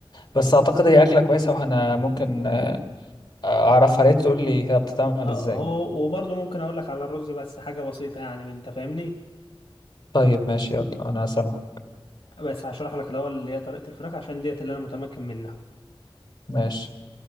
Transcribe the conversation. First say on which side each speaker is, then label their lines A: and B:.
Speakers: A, on the left; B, on the left.
A: بس اعتقد هي اكله كويسه وانا ممكن آه، اعرفها ليه تقول لي هي بتتعمل
B: هو
A: ازاي
B: وبرضه ممكن اقول لك على الرز بس حاجه بسيطه يعني من- انت فاهمني
A: طيب ماشي يلا انا سامع
B: بس هشرح لك الاول اللي هي طريقه الفراخ عشان ديت اللي انا متمكن منها
A: ماشي